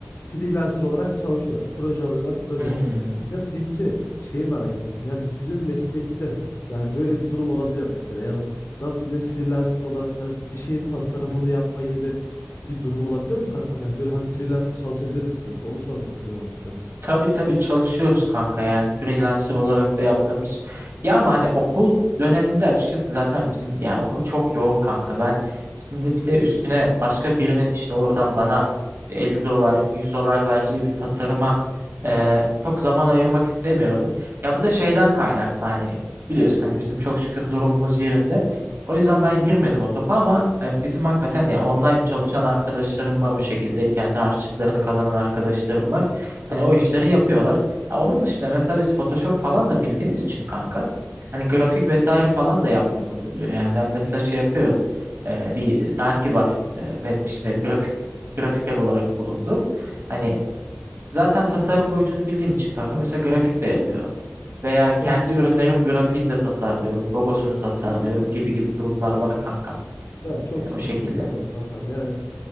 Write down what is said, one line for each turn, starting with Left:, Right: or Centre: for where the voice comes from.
Left: freelancer olarak çalışıyorlar. Proje alıyorlar, proje
Right: Hmm.
Left: yapıyorlar. Ya peki şeyi merak ettim. Yani sizin meslekte yani böyle bir durum olabiliyor mu mesela. Yani nasıl diyeyim freelancer olarak hani bir şeyin tasarımını
Right: Hı hı.
Left: yapma gibi bir durum olabiliyor mu kankam? Yani böyle hani freelancer çalışabilir misiniz? Onu sormak istedim açıkçası.
Right: Tabii tabii çalışıyoruz kanka yani freelancer olarak da yaptığımız. Ya ama hani okul döneminde açıkçası zaten bizim yani okul çok yoğun kanka. Ben şimdi bir de üstüne başka birinin işte oradan bana 50 dolar 100 dolar vereceği bir tasarıma e, çok zaman ayırmak istemiyorum. Ya bu da şeyden kaynaklı hani biliyorsun hani bizim çok şükür durumumuz yerinde. O yüzden ben girmedim o topa ama e, bizim hakikaten ya online çalışan arkadaşlarım var o şekilde kendi harçlıklarını kazanan arkadaşlarım var.
Left: Çok
Right: Hani o
Left: güzel.
Right: işleri
Left: kankam.
Right: yapıyorlar. Ya onun dışında mesela biz Photoshop falan da bildiğimiz için kanka. Hani grafik vesaire falan da yaptığımız oluyor. Yani ben mesela şey yapıyorum. Ee, bir dergi var. Ee, benim işte
Left: Hı hı.
Right: grafik grafiker olarak bulundum. Hani zaten tasarım boyutunu bildiğim için kanka mesela grafik de yapıyorum. Veya kendi
Left: Çok güzel.
Right: ürünlerim grafiğini de tasarlıyorum. Logosunu tasarlıyorum gibi gibi durumlar var kanka.
Left: Ya çok
Right: Hani
Left: güzel,
Right: o şekilde.
Left: çok güzel kankam. Yani